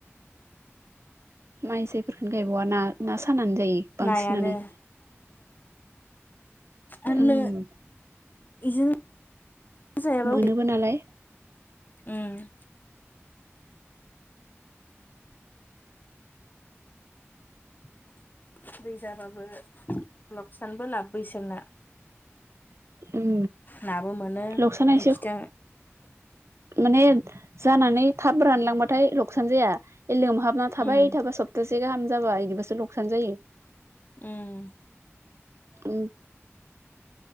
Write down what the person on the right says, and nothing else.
माइ जफोरखौनो गायबावा ना ना सानानै जायो बांसिनानो
ओम
मोनोबो नालाय
ओम
लकसानायसो
माने जानानै थाब रानलांबाथाय लकसान जाया बे लोंहाबना थाबाय
थाबा सप्तासे गाहाम जाबा इदिबासो लकसान जायो।
उम